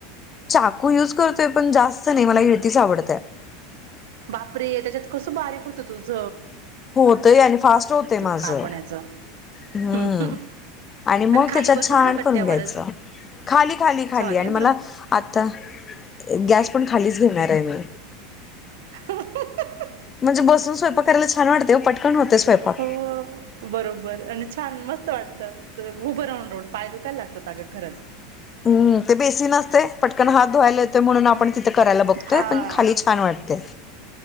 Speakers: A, on the left (about 20°); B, on the right (about 80°).
A: चाकू युज करतोय पण जास्त नाही मला हिळतीच आवडत.
B: बापरे त्याच्यात कसं बारीक होतं तुझ
A: होतंय आणि फास्ट होतय माझं
B: कापण्याचं
A: हम्म
B: हं, हं.
A: आणि मग
B: खाली
A: त्याच्या
B: बसून
A: छान
B: का कट्ट्यावरच
A: करून घ्यायचं. खाली, खाली, खाली
B: सॉरी
A: आणि
B: हं
A: मला
B: तुला
A: आता गॅस पण खालीच घेणार आहे मी
B: हा हा.
A: म्हणजे बसून स्वयं करायला छान वाटते पटन होते स्वयंपाक
B: हो बरोबर आणि छान मस्त वाटत उभं राहून, राहून पाय दुखायला लागतात. अग खरच
A: हम ते बेसीग असते पटकन हात धुवायला येतोय म्हणून आपण तिथं करायला बघतोय
B: हा
A: पण खाली छान वाटत. ते.